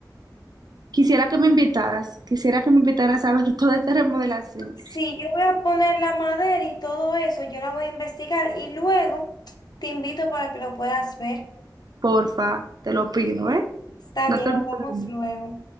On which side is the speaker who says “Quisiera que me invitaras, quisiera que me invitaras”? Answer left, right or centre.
Right